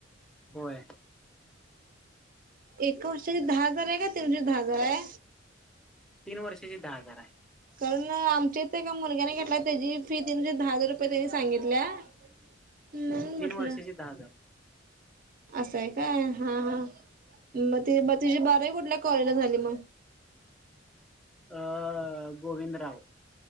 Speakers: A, in the centre; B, on the right (about 45°).
A: होय.
B: एका वर्षाची दहा हजार आहे का तेवडीच दहा हजार आहे?
A: तीन वर्षाची दहा हजार हाय.
B: कारण आमच्या इथ एका मुलग्यान घेतलाय त्याची फी <unintelligible> दहा हजार रुपये त्यांनी सांगितल्या. म्हणून म्हटलं.
A: तीन वर्षाची दहा हजार
B: असंय काय हा. म ते म ते तिझी बारावी कुठल्या कॉलेजला झाली मग?
A: अ गोविंदराव.